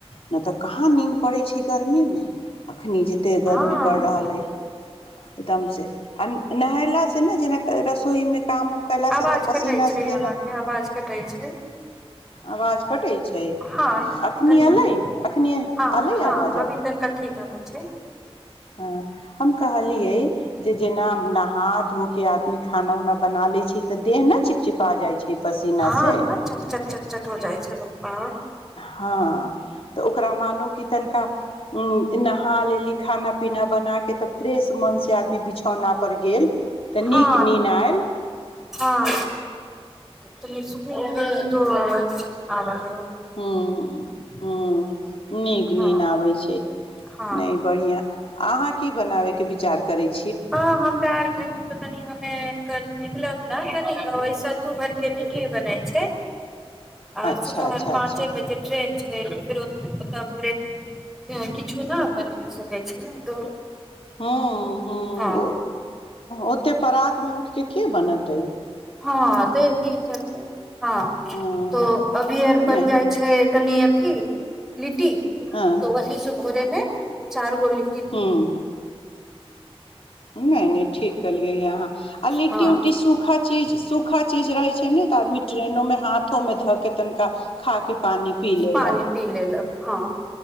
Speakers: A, on the left; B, in the centre.
A: नहि तऽ कहाँ नींद पड़ैत छै गर्मी मे एखनि जतेक
B: हँ
A: गर्मी पड़ि रहल अइ एकदमसँ आ नहायला से ने जेना रसोई मे काम उम कयलास
B: आवाज
A: से तऽ पसीना
B: कटै छै
A: से देह
B: अहाँके आवाज कटै छै
A: आवाज कटै छै
B: हँ
A: अखनी
B: तनी
A: अयले अखनि
B: हँ
A: अयले
B: हँ
A: आवाज
B: अभी तनिका ठीक आबै छै
A: ह्म हम कहलिये जेना नहा धो के आदमी खाना उना बना ले छै तऽ देह न चिपचिपा जाय छै पसीना
B: हँ
A: से
B: सब झट छट चट चट हो जाइ छै पप्पा
A: हँ तऽ ओकरा मानू कि तनिका उ नहा लेली खाना पीना बना के ते फ्रेश मन से आदमी बिछौना पर गेल तऽ नीक
B: हँ
A: नीन आयल
B: हँ त सुक दो आवाज आवाज
A: हू हू नीक
B: हँ
A: नींद आबैत छै
B: हँ
A: नहि बढ़िया ह अहाँ की बनाबे के विचार करैय छी
B: हँ हमरा आर घरमे तऽ कनि हमे निकलब ने कनि ओ सत्तू भर के लिट्टी बनैय छै आर
A: अच्छा
B: सुबहर
A: अच्छा अच्छा
B: पाँचे बजे ट्रेन छै हेर ओका फेर किछु ने बनि सकै छै ने त
A: हँ हँ
B: आ
A: ओते परात मे उठ के के बनेतय
B: हँ तऽही चलते हँ
A: हँ
B: तो अभी आर बन
A: नहि
B: जाइ छै कनि अथी लिटी
A: हँ
B: त वह से भोरे मे चार गो लि
A: हम्म किए नय ठीक केलिये अहाँ आ लिट्टी
B: हँ
A: उट्टटी सुखा चीज सुखा चीज रहैय छै ने तऽ आदमी ट्रेनों हाथो में धऽ के तनिका खा के पानी पी लेलक
B: पानि पी लेलक हँ